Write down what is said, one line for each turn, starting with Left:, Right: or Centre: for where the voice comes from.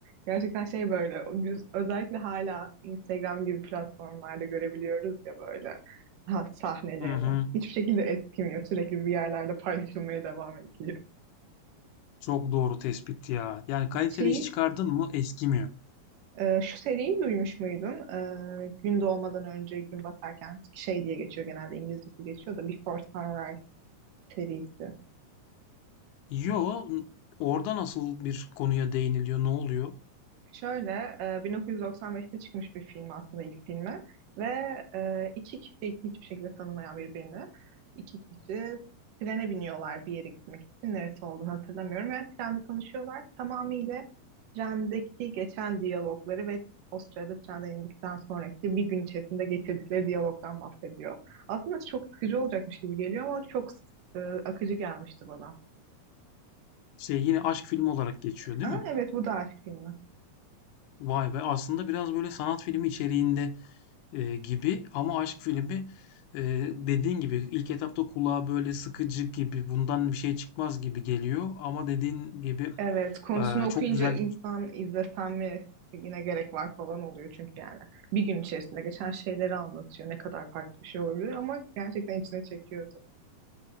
Right: Gerçekten şey böyle biz özellikle hala Instagram gibi platformlarda görebiliyoruz ya böyle ha, sahnelerini.
Left: Hı hı.
Right: Hiçbir şekilde eskimiyor. Sürekli bir yerlerde paylaşılmaya devam ediliyor.
Left: Çok doğru tespit ya. Yani kaliteli
Right: Şeyi
Left: iş çıkardın mı eskimiyor.
Right: Ee, şu seriyi duymuş muydun? Ee, gün doğmadan önce gün batarken şey diye geçiyor genelde İngilizcesi geçiyor da Before Sunrise serisi.
Left: Yo, n- orada nasıl bir konuya değiniliyor? Ne oluyor?
Right: Şöyle, e, 1995'te çıkmış bir film aslında ilk filmi ve e, iki kişi hiçbir şekilde tanımayan birbirini. iki kişi trene biniyorlar bir yere gitmek için. Neresi olduğunu hatırlamıyorum ve trende tanışıyorlar. Tamamıyla trendeki geçen diyalogları ve o sırada trenden indikten sonraki bir gün içerisinde geçirdikleri diyalogdan bahsediyor. Aslında çok sıkıcı olacakmış gibi geliyor ama çok e, akıcı gelmişti bana.
Left: Şey yine aşk filmi olarak geçiyor değil
Right: Aa,
Left: mi?
Right: evet bu da aşk filmi.
Left: Vay be aslında biraz böyle sanat filmi içeriğinde e, gibi ama aşk filmi e, dediğin gibi ilk etapta kulağa böyle sıkıcı gibi bundan bir şey çıkmaz gibi geliyor ama dediğin gibi
Right: Evet, konusunu
Left: e,
Right: okuyunca
Left: çok güzel
Right: insan izlesem mi yine gerek var falan oluyor çünkü yani. Bir gün içerisinde geçen şeyleri anlatıyor. Ne kadar farklı bir şey olabilir ama gerçekten içine çekiyordu.